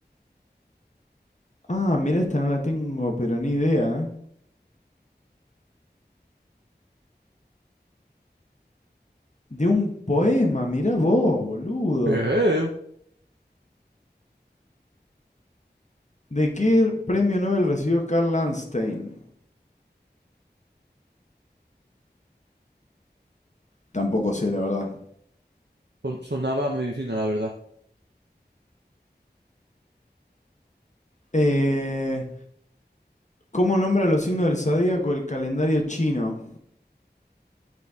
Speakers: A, on the left (about 40°); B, on the right (about 80°).
A: Ah, mira, esta no la tengo, pero ni idea. ¿eh? De un poema, mirá vos, boludo.
B: ¿Qué?
A: ¿De qué premio Nobel recibió Carl Landstein? Tampoco sé, la verdad.
B: Son- Sonaba a medicina, la verdad.
A: Eh, ¿Cómo nombra los signos del zodíaco el calendario chino?